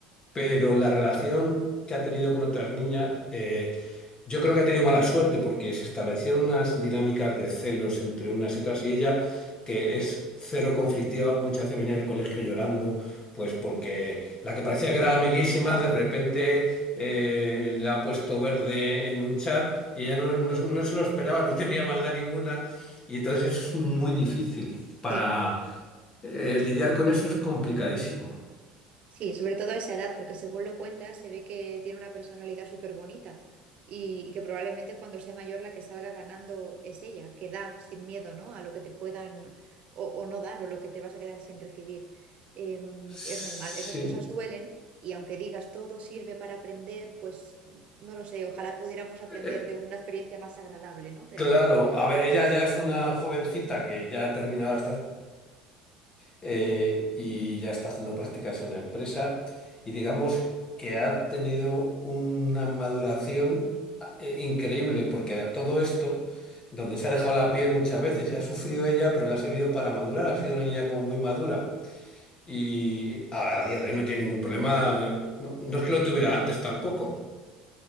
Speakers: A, on the left; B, on the right.
A: pero la relación que ha tenido con otras niñas, eh, yo creo que ha tenido mala suerte porque se establecieron unas dinámicas de celos entre unas y otras y ella, que es cero conflictiva, muchas veces venía del colegio llorando, pues porque la que parecía que era amiguísima, de repente eh, le ha puesto verde en un chat y ella no, no- no se lo esperaba, no tenía maldad ninguna y entonces es muy difícil para
B: sí.
A: eh, lidiar con eso es complicadísimo.
B: Sí, sobre todo a esa edad, porque según lo cuentas, se ve que tiene una personalidad súper bonita y que probablemente cuando sea mayor la que salga ganando es ella, que da sin miedo, ¿no? A lo que te puedan o, o no dar o lo que te vas a quedar sin recibir. Em,
A: Sí.
B: es normal, esas cosas duelen y aunque digas todo sirve para aprender, pues no lo sé, ojalá pudiéramos aprender
A: Eh,
B: de una experiencia más agradable, ¿no? Pero
A: Claro, a ver, ella ya es una jovencita que ya ha terminado las práct- eh, y ya está haciendo prácticas en una empresa y digamos que ha tenido una maduración eh, increíble porque a todo esto, donde se ha dejado la piel muchas veces, ha sufrido ella, pero le ha servido para madurar, ha sido una niña como muy madura y ahora a día de hoy no tiene ningún problema, eh, no es que lo
B: Ujú.
A: tuviera antes tampoco,